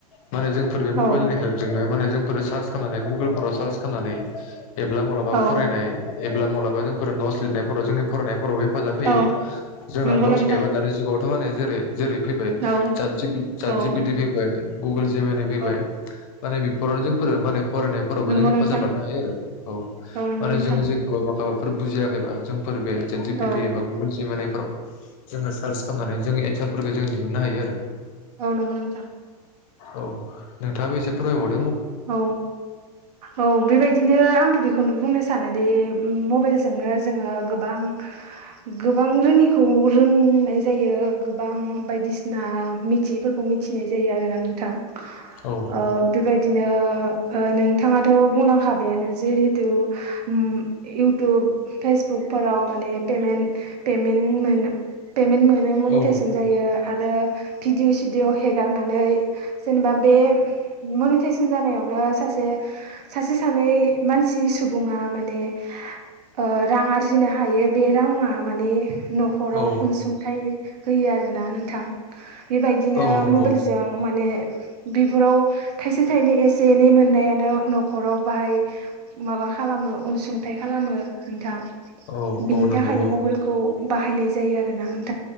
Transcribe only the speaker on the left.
माने जोंफोर बे मबाइलनि
हेल्पजोंनो माने जोंफोर सार्च खालामनानै गुगोलफोराव सार्च खालामनानै एब्ला माब्लाबा
फरायनाय एब्ला माब्लाबा जोंफोर नट'स लिरनायफोराव जोंनि फरायनायफोराव बे हेफाजाब होयो
जोंना
नट'स
गैयाबा दानि जुगावथ' माने जेरै जेरै फैबाय
जा जिपि जा
जिपिटि फैबायबाय गुगोल जिमिनि फैबाय
माने बिफोरावनो जों फोरो माने फरायनायफोरावबो
जों हेफाजाब
लानो हायो आरो औ
माने
जों जेखौबा मा फोर बुजियाखैबा जोंफोर बे जि पि
टी एबा गुगोल जेमा फोराव जोङो सार्च खालामनानै जों एन्सारफोरखौ जो दिहुननो हायो आरो
औ नोंथाङाबो एसे फोरमायबाव
औ
औ
औ
औ नंगौ
औ
औ नंगौ
औ